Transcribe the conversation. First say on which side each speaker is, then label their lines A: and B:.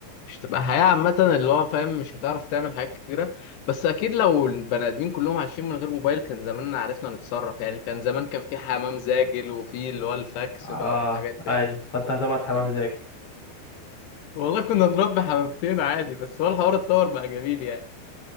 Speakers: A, on the left; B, on the left.
A: مش تبقى حياة عامة اللي هو فاهم مش هتعرف تعمل حاجات كتيرة بس أكيد لو البني آدمين كلهم عايشين من غير موبايل كان زماننا عرفنا نتصرف يعني كان زمان كان في حمام زاجل وفي اللي هو الفاكس
B: اه
A: بقى والحاجات ديت
B: ايوه فانت هتبعت حمام
A: فاهم؟
B: زاكل
A: والله كنا نربي حمامتين عادي بس هو الحوار اتطور بقى جميل يعني